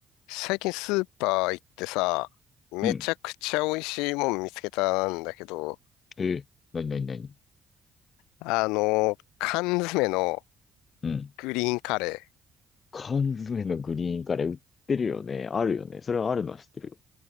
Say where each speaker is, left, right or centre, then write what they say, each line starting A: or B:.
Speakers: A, on the left (about 90°); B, on the left (about 45°).
A: 最近スーパー行ってさ、めちゃくちゃ美味しいもん見つけたんだけど、
B: うん。えー、なになになに
A: あの、缶詰の
B: うん。
A: グリーンカレ
B: 缶詰のグリーンカレー売ってるよね。あるよね。それはあるのは知ってるよ。